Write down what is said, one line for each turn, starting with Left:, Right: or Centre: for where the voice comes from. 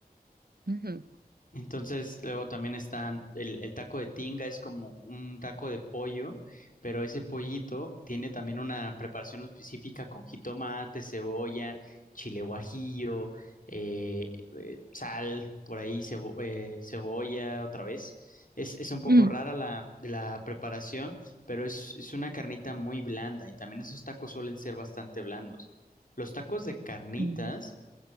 Right: Ujú.
Left: Entonces, luego también están el, el taco de tinga, es como un taco de pollo, pero ese pollito tiene también una preparación específica con jitomate, cebolla, chile guajillo, eh, eh, sal, por ahí cebo- eh, cebolla otra vez. Es, es un poco
Right: Mm,
Left: rara la, la preparación, pero es, es una carnita muy blanda y también esos tacos suelen ser bastante blandos. Los tacos de carnitas
Right: entendí.